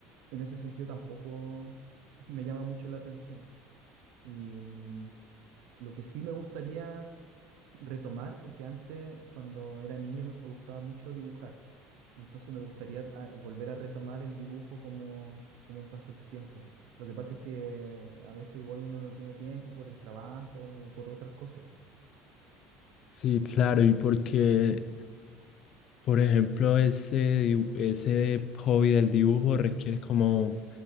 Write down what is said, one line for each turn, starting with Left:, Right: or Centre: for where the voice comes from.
Right: En ese sentido tampoco me llama mucho la atención. Y mm, lo que sí me gustaría retomar, porque antes, cuando era niño, me gustaba mucho dibujar y entonces me gustaría ah, volver a retomar el dibujo como, como un pasatiempo. Lo que pasa es que a veces igual uno no tiene tiempo por el trabajo o por otras cosas.
Left: Sí, claro, y porque Por ejemplo, ese, dibu- ese hobby del dibujo requiere como